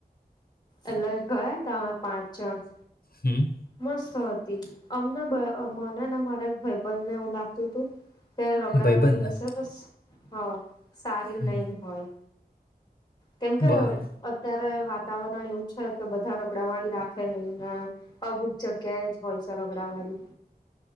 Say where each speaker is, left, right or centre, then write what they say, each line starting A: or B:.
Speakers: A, on the left; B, on the left.
A: એટલે ગયા ને ત્યાં પાંચ જણ
B: હમમ.
A: મસ્ત હતી અમને મને ને મારા ભાઈબધ ને એવું લાગતું હતું કે રગડાવાળી
B: ભાઈબંધને
A: હશે કે સ હા સારી
B: હમ
A: નય હોય. કેમ કે
B: બરોબર
A: અત્યારે વાતાવરણ એવું છે કે બધા રગડાવાળી રાખે નય ને અમુક જગ્યા જ હોય છે રગડાવાળી.